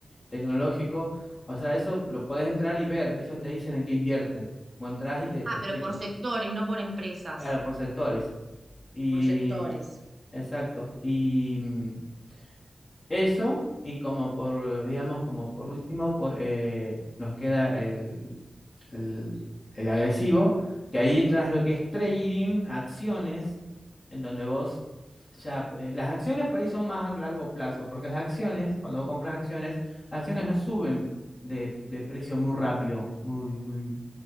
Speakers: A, on the left; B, on the right.
A: tecnológico. O sea, eso lo podés entrar y ver. Ellos te dicen en qué invierten. Vos entrás y te, te
B: Ah,
A: explican.
B: pero por sectores, no por empresas,
A: Claro, por sectores. Y,
B: por sectores.
A: exacto. Y, mm, Eso, y como por, digamos, como por último, pues, eh, nos queda el, el- el agresivo, que ahí entras a lo que es trading, acciones, en donde vos ya, eh, las acciones por ahí son más a largo plazo, porque las acciones, cuando vos compras acciones, las acciones no suben de, de precio muy rápido, muy, muy.